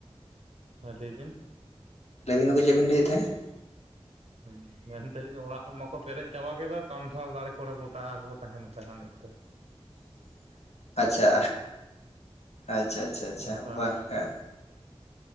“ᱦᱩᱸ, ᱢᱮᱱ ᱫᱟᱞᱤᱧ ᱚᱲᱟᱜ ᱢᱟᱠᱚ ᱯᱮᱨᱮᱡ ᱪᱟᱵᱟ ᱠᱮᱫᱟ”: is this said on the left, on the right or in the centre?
Right